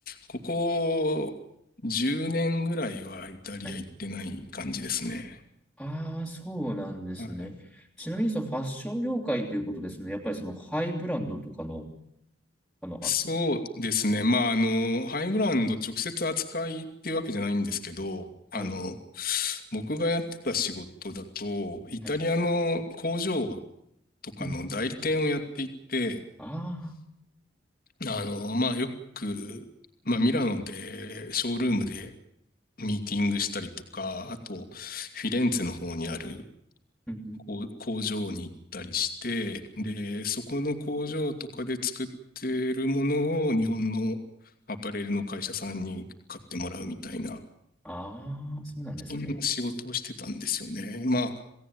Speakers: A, on the left; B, in the centre.
A: ここ10年ぐらいはイタリア行ってない感じですね。
B: はい。ああ、そうなんですね。
A: はい。
B: ちなみにそのファッション業界ということですね。やっぱりそのハイブランドとかの、あの、
A: そうですね。
B: 扱
A: まあ、あの、ハイブランド直接扱いっていうわけじゃないんですけど、あの、
B: い。はい。
A: 僕がやってた仕事だと、イタリアの工場
B: はい。
A: とかの代理店をやっていって、
B: うん。ああ。はい
A: あの、まあ、よく、まあ、ミラノで、ショールームでミーティングしたりとか、あと、フィレンツェの方にある
B: うんうん
A: こう工場に行ったりして、で、そこの工場とかで作ってるものを日本のアパレルの会社さんに買ってもらうみたいな
B: ああー、そうなんですね。
A: そんな仕事をしてたんですよね。まあ、